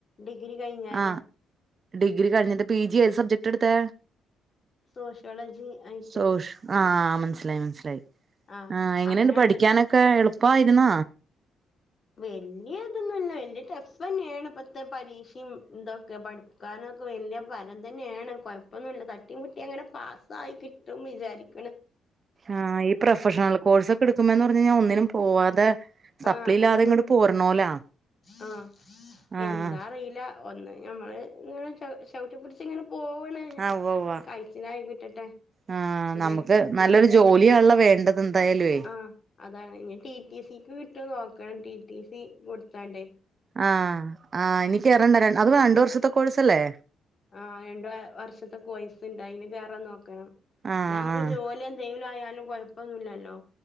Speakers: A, on the left; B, on the right.
A: ഡിഗ്രി കഴിഞ്ഞാരെ
B: ആ ഡിഗ്രി കഴിഞ്ഞിട്ട് പി ജി ഏത് സബ്ജ ക്ടാ എടുത്തെ?
A: സോഷ്യോളജി ആയിട്ട്
B: സോഷ് ആ മനസ്സിലായി മനസ്സിലായി
A: ആഹ്
B: ആ എങ്ങനെയുണ്ട്
A: അങ്ങനെ
B: പഠിക്കാനൊക്കെ
A: അത്
B: എളു പ്പായിരുന്ന?
A: വെല്ല്യ ഇതൊന്നൂല്ല വെല്ല്യ ടെഫ് യെന്നെയാണ് ഇപ്പത്തെ പരീക്ഷിം ഇതൊക്കെ, പഠിക്കാനൊക്കെ വല്യ പരം തന്നെയാണ് കൊഴപ്പൊന്നൂല്ല, തട്ടീം മുട്ടീം അങ്ങനെ പാസായി കിട്ടും വിചാരിക്കണ്.
B: ആ ഈ പ്രൊഫഷണൽ കോഴ്സ് ഇടുക്കുമ്പേന്ന് പറഞ്ഞ് കഴിഞ്ഞാ ഒന്നിനും പോവാതെ സപ്ലി
A: ആ
B: ഇല്ലാതെ
A: ഒന്നും
B: ഇങ്ങോട്ട്
A: കുഞ്ഞു
B: പോരണോലാ
A: ആ
B: ആഹ്
A: എന്താ
B: ആഹ്
A: അറിയീലാ. ഒന്ന് ഞമ്മള് ഇങ്ങനെ ച ചവിട്ടി പിടിച്ച് ഇങ്ങനെ പോവല്
B: ആഹ് ഉവ്വ ഉവ്വ
A: കഴച്ചിലായി കിട്ടട്ടെ,
B: ആഹ്
A: വിചാരിക്ക്ണ്
B: നമുക്ക്
A: പിന്നെ
B: നല്ലൊരു
A: എന്തേയിന്
B: ജോലിയാണല്ലോ വേണ്ടത് എന്തായാലുവേ
A: ആ അതാണ് ഇ ടി ടി സിക്ക് കിട്ട് ഇട്ട് നോക്കണം ടി ടി സി കൊട്ത്താണ്ടേ
B: ആ ആ എനിക്കേറണ്ട അത് രണ്ട് വർഷത്തെ കോഴ്സ് സല്ലേ?
A: ആ രണ്ട് വ വർഷത്തെ കോഴ്സ്ണ്ട് അയിന് കേറാൻ നോക്ക ക്കണം
B: ആഹ്
A: ന്നാ നമ്മക്ക്
B: ആഹ്
A: ജോലി എന്തെങ്കിലും ആയാലും കൊഴപ്പൊന്നുല്ലാല്ലോ